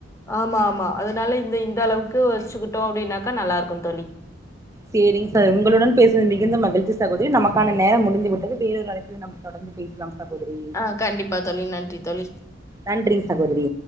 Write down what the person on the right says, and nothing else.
சேரிங் சார் உங்களுடன் பேசனது மிகுந்த மகிழ்ச்சி சகோதரி நமக்கான நேர முடிந்து விட்டது வேறொரு அழைப்பில நம் தொடர்ந்து பேசலாம் சகோதரி
நன்றிங் சகோதிரி